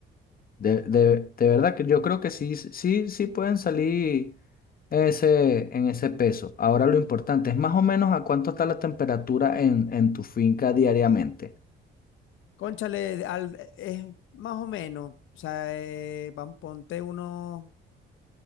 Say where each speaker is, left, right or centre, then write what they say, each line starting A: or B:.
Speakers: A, on the left; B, on the left.
A: De, de, de verdad que yo creo que sí, sí, sí pueden salir ese, en ese peso. Ahora lo importante es más o menos a cuánto está la temperatura en, en tu finca diariamente.
B: Cónchale, al- es más o menos, o sea, eh, van, ponte unos,